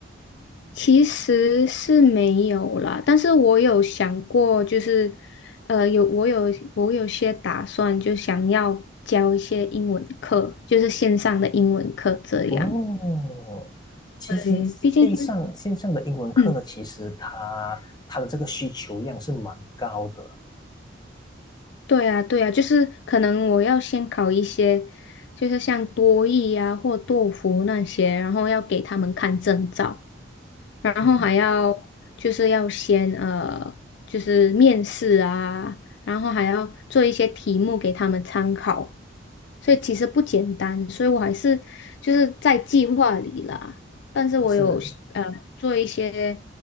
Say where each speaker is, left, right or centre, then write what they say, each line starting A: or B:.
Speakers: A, on the left; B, on the left.
A: 其实是没有啦，但是我有想过，就是，呃，有我有我有些打算，就想要教一些英文课，就是线上的英文课这样。
B: 哦，其实线上线上的英文课呢，
A: 对，毕竟现，嗯，
B: 其实它它的这个需求量是蛮高的，
A: 对啊，对啊，就是可能我要先考一些，就是像多益呀或托福那些，然后要给他们看证照。然后还要就是要先呃，
B: 嗯，
A: 就是面试啊，然后还要做一些题目给他们参考，所以其实不简单，所以我还是就是在计划里啦，但是我有呃做一些
B: 是